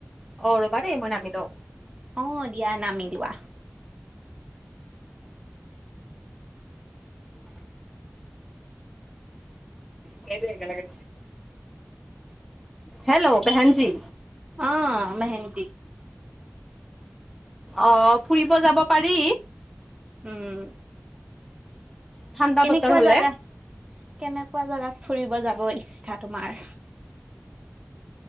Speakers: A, in the centre; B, on the right (about 20°).
A: অ ৰবা দেই মই নামি লও,
B: অ দিয়া নামি লোৱা।
A: সেইটো একে লগে, হেল্ল' বেহেনজী?
B: অ মেহেন্দী,
A: অ ফুৰিব যাব পাৰি,
B: উম
A: ঠাণ্ডা
B: কেনেকুৱা
A: বতৰ হ'লে
B: জাগা, কেনেকুৱা জাগাত ফুৰিব যাব ইচ্ছা তোমাৰ?